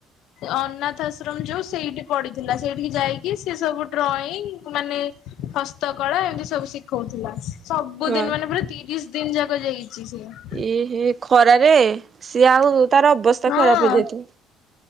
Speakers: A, on the left; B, on the right.
A: ଅନାଥ ଆଶ୍ରମ ଯୋଉ ସେଇଠି ପଡିଥିଲା ସେଇଠି ଯାଇକି ସେ ସବୁ ଡ୍ରଇଂ ମାନେ। ହସ୍ତକଳା ଏମିତି ସବୁ ଶିଖଉଥିଲା ସବୁ ସବୁ
B: ହଁ
A: ଦିନ ମାନେ ପୁରା ତିରିଶ ଦିନ ଯାକ ଯାଇଛି ସିଏ।
B: ଏ ହେ ଖରାରେ ସିଏ ଆଉ ତାର ଅବସ୍ଥା
A: ହଁ
B: ଖରାପ ହେଇଯାଇଥିବ।